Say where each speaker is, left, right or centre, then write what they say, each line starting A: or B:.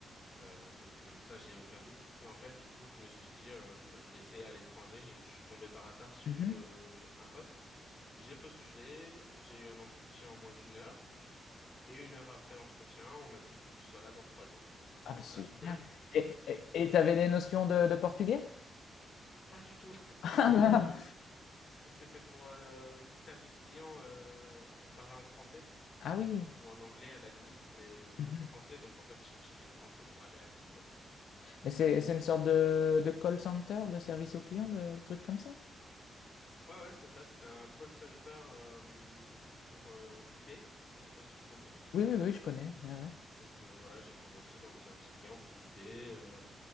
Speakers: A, on the left; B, on the left.
A: euh, donc euh, ça, j'ai aucun doute. Et en fait, du coup, je me suis dit euh, bon bah je vais essayer à l'étranger. J'ai- Je suis tombé par hasard sur
B: Mhm.
A: une euh, un poste. J'ai postulé, j'ai eu un entretien en moins d'une heure. Et une heure après l'entretien, on m'a dit il faut que tu sois là dans trois jours.
B: Ah, bah, c'est
A: Voilà.
B: génial.
A: <laughs>
B: Et, et, et t'avais des notions de, de portugais?
A: Pas du tout. <laughs>
B: <laughs> Ah
A: Mais
B: là!
A: euh, parce que c'était pour euh, le- du service client euh, pour parler en français.
B: Ah oui!
A: ou en anglais à la limite, mais beaucoup
B: Mhm.
A: de français, donc en fait, je cherchais des français pour aller à Lisbonne, quoi.
B: Mais c'est c'est une sorte de, de call center, de service au client, de, trucs comme ça?
A: Ouais, ouais, c'est ça, c'était un call center euh, pour euh, eBay, je sais pas si tu connais.
B: Oui, oui, oui, je connais. ouais, ouais.
A: Donc euh, voilà, j'ai commencé dans le service client pour eBay euh,